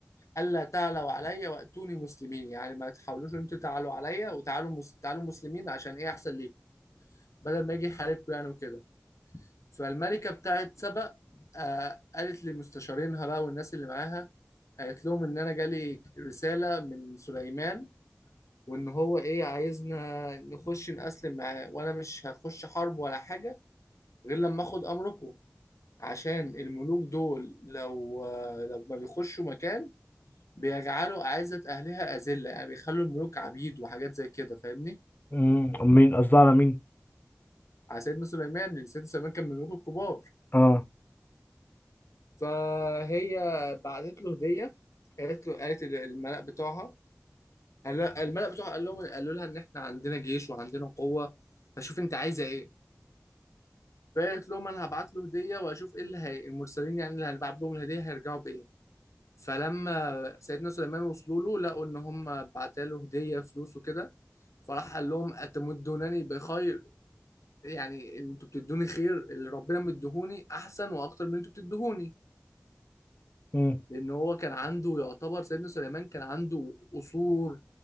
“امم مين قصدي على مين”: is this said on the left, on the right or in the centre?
Left